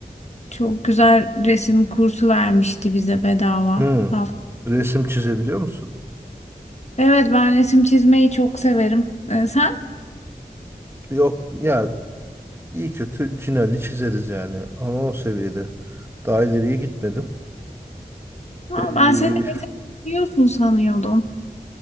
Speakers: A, on the left (about 45°); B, on the right (about 15°).
A: Çok güzel resim kursu vermişti bize bedava.
B: Hı.
A: Hafta-
B: Resim çizebiliyor musun?
A: Evet ben resim çizmeyi çok severim. Ee, sen
B: Yok ya İyi kötü Cinelli çizeriz yani ama o seviyede. Daha ileriye gitmedim.
A: Ha,
B: Ee,
A: ben seni eğitim biliyorsun sanıyordum.